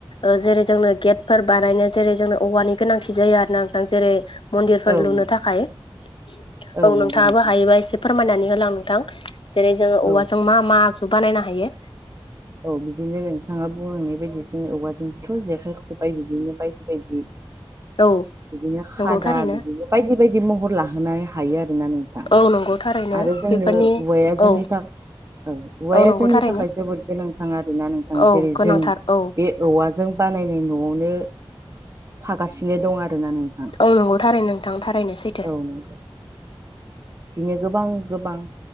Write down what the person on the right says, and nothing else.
औ
नंगौ
नोंथां औ नंगौ औ
नंगौ नोंथां
औ
औ बिदिनो नोंथाङा बुंलांनाय बायदि जों औवाजोंथ' जेखाइ खबाय बिदिनो बायदि बायदि
बिदिनो खादा
बिदिनो बायदि बायदि महर लाहोनो हायो आरोना नोंथां
आरो जोंनो
औवाया जोंनि
थाखाय औवाया
जोंनि
थाखाय जोबोद नोंथाङा आरोना नोंथां
जेरै
जों
बे औवाजों बानायनाय न'आवनो थागासिनो दं आरोना नोंथां
औ नंगौ बिदिनो गोबां गोबां